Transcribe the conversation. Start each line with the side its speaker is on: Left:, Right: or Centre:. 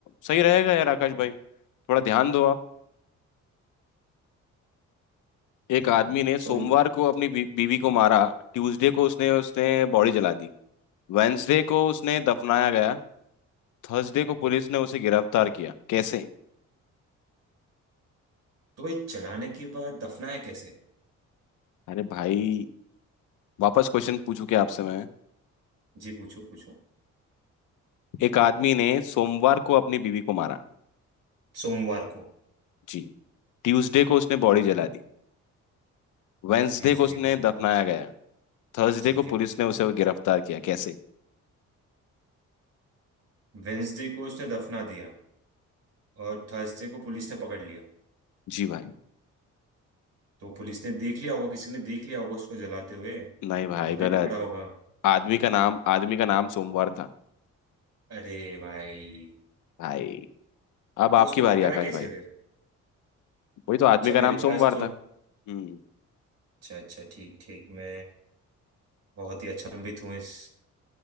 Left: सही रहेगा यार आकाश भाई थोड़ा ध्यान दो आप एक आदमी ने सोमवार
Right: सोम
Left: को अपनी बी, बीवी को मारा ट्यूसडे को उसने उसने बॉडी जला दी वेंसडे को उसने दफनाया गया थर्सडे को पुलिस ने उसे गिरफ्तार किया कैसे
Right: तो भाई जलाने के बाद दफनाया कैसे
Left: अरे भाई वापस क्वेश्चन पूछू क्या आपसे मैं
Right: जी पूछो पूछो
Left: एक आदमी ने सोमवार को अपनी बीवी को मारा
Right: सोमवार को
Left: जी ट्यूसडे को उसने बॉडी जला दी वेंसडे
Right: ट्यूसडे
Left: को उसने
Right: को
Left: दफनाया गया थर्सडे
Right: ठीक
Left: को पुलिस
Right: है
Left: ने उसे गिरफ्तार किया कैसे
Right: वेंसडे को उसने दफना दिया और थर्सडे को पुलिस ने पकड़ लिया
Left: जी भाई
Right: तो पुलिस ने देख लिया होगा किसी ने देख लिया होगा उसको जलाते हुए
Left: नहीं भाई
Right: तभी
Left: गलत
Right: पकड़ा होगा
Left: आदमी का नाम आदमी का नाम सोमवार था
Right: अरे भाई
Left: भाई अब आपकी
Right: तो उसको
Left: बारी
Right: पकड़ा
Left: आकाश
Right: कैसे
Left: भाई
Right: फिर
Left: वही तो आदमी
Right: अच्छा
Left: का
Right: मेरे
Left: नाम
Right: पास
Left: सोमवार
Right: तो
Left: था हम्म
Right: अच्छा अच्छा ठीक ठीक मैं बहुत ही अचंभित हूँ इस